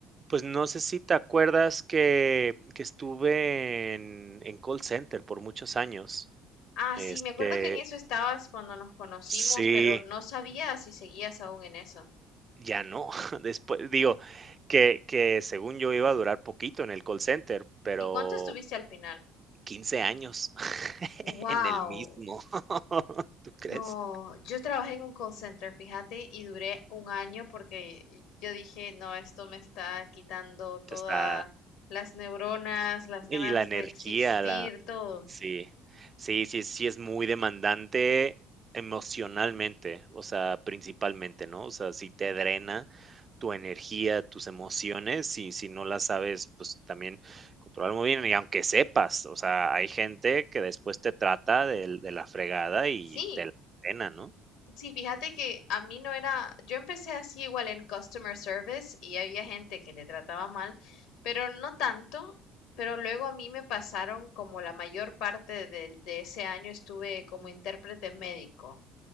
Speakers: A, on the right; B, on the left.
A: pues, no sé si te acuerdas que que estuve en en call center por muchos años.
B: Ah,
A: Este
B: sí, me acuerdo que en eso estabas cuando nos conocimos,
A: sí.
B: pero no sabía si seguías aún en eso.
A: Ya no, <laughs> después digo, que que según yo iba a durar poquito en el call center, pero
B: ¿Y cuánto estuviste al final?
A: 15 años <laughs>
B: Wow,
A: en el mismo, <laughs> ¿tú crees?
B: no, yo trabajé en un call center, fíjate, y duré un año porque yo dije, no, esto me está quitando todas
A: Está
B: las neuronas, las ganas
A: Y la energía,
B: de existir,
A: la
B: todo.
A: sí, sí, sí, sí es muy demandante emocionalmente, o sea, principalmente, ¿no? O sea, si te drena tu energía, tus emociones, y si no las sabes, pues también controlar muy bien, y aunque sepas, o sea, hay gente que después te trata del de la fregada y
B: Sí,
A: te la drena, ¿no?
B: Sí, fíjate que a mí no era, yo empecé así igual en customer service y había gente que te trataba mal, pero no tanto, pero luego a mí me pasaron como la mayor parte del- de, ese año estuve como intérprete médico